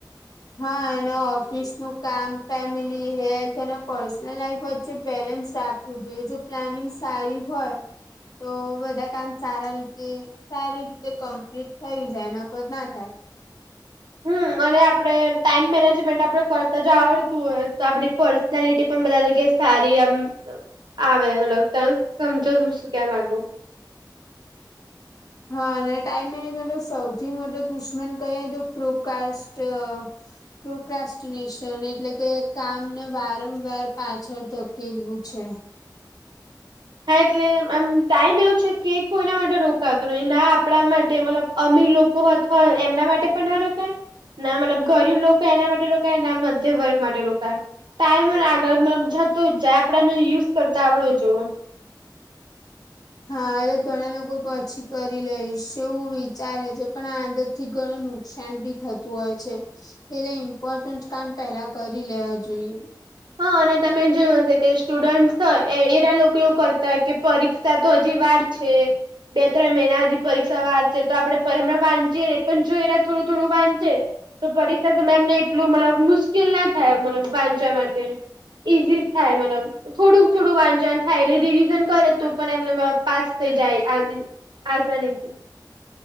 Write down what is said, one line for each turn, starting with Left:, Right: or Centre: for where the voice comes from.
Left: હા એના ઓફિસ નું કામ family, health and personal life વચ્ચે બેલેન્સ રાખ જોઈએ જો પ્લાનિંગ સારી હોય તો બધા કામ સારા રીતે સારી રીતે કંપલીટ થઈ જાય નકદ ના થાય.
Right: હમ્મ અને આપડે ટાઈમ મેનેજમેન્ટ આપડે કરતા જો આવડતું હોય તો આપડી પર્સ ના લીટી પણ બધા જગ્યાએ સારી આમ આવે મતલબ તમ સમજો હું શું કેવા માગુ.
Left: હા અને ટાઈમ મેનેજમેન્ટ સૌથી મોટો દુશ્મન કહી તો પ્રોકાસ્ટિ પ્રોકાસ્ટિનેશન એટલે કે કામને વારંવાર પાછળ ધકેલવું છે.
Right: હા એટલે એમ ટાઈમ એવું છે કે કોઈના માટે રોકતો નથી ના આપડા માટે મતલ અમીર લોક એમના માટે પણ ના રોકાય ના મતલબ ગરીબ લોકો એના માટે રોકાય ના મધ્યમ વર્ગ માટે રોકાય. ટાઈમ આગળ મતલબ જતો જ જાય આપડેનો યુઝ કરતા આવડવો જોઈએ.
Left: હા એજ ઘણા લોકો પછી કરી લઈશ એવું વિચારે છે પણ આ અંદર થી ઘણું નુકસાન ભી થતું હોય છે. એટલે ઇમ્પોર્ટન્ટ કામ પેલા કરી લેવા જોઈએ.
Right: હા અને તમે જોયું હશે કે સ્ટુડન્ટસ હોય એરા લોક એવું કરતા હોય કે પરીક્ષા તો હજી વાર છે. બે ત્રણ મહિના હજી પરીક્ષા વાર છે તો આપણે પરે હમણાં વાંચીએ ને પણ જો એ થોડું થોડું વાંચે. તો પરીક્ષા છે મે એમને એટલું મતલબ મુશ્કેલ ના થાય મતલબ વાંચવા મા ઈઝી થાય મતલબ. થોડુંક થોડું વાંચા થાય એટલે રિવિઝન કરે તો પણ એમને પાસ થઈ જાય આ આસાનીથી.